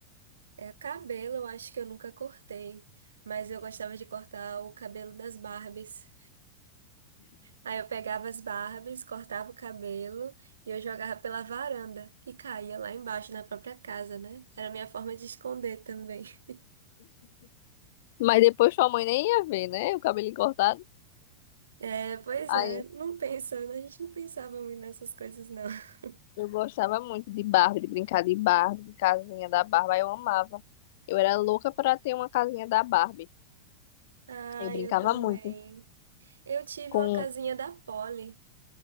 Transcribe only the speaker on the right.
É, cabelo, eu acho que eu nunca cortei. Mas eu gostava de cortar o cabelo das Barbies. Aí eu pegava as Barbies, cortava o cabelo e eu jogava pela varanda, que caía lá embaixo na própria casa, né? Era a minha forma de esconder também. <laughs>
É, pois
é, não pensa, né? a gente não pensava muito nessas coisas, não. <laughs>
Ah,
eu também.
Eu tive
uma casinha da Polly.